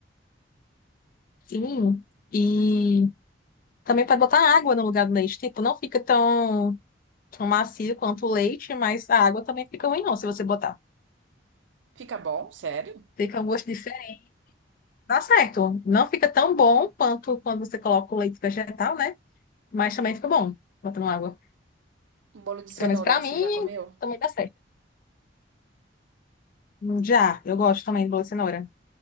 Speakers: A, on the left; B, on the right.
A: Fininho. E também pode botar água no lugar do leite. Tipo, não fica tão, tão macio quanto o leite, mas a água também fica ruim, não, se você botar.
B: Fica bom? Sério?
A: Fica um gosto diferente. Dá certo. Não fica tão bom quanto quando você coloca o leite vegetal, né? Mas também fica bom botando água.
B: Um Bolo de cenoura,
A: Pelo menos pra
B: você
A: mim,
B: já comeu?
A: também dá certo. Já, eu gosto também de bolo de cenoura.